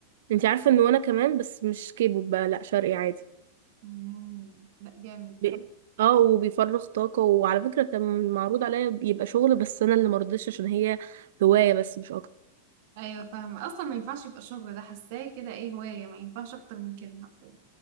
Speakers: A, on the right; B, on the right.
A: انتي عارفة ان وانا كمان بس مش كيبو بقى لا شرقي عادي
B: مم. لا جامد ده
A: ب- اه وبيفرغ طاقة وعلى فكرة كان معروض عليا يبقى شغل بس انا اللي مرضتش عشان هي هواية بس مش اكتر
B: ايوه فاهمه اصلا ما ينفعش يبقى الشغل ده حاساه كده ايه هوايه ما ينفعش اكتر من كده حرفيا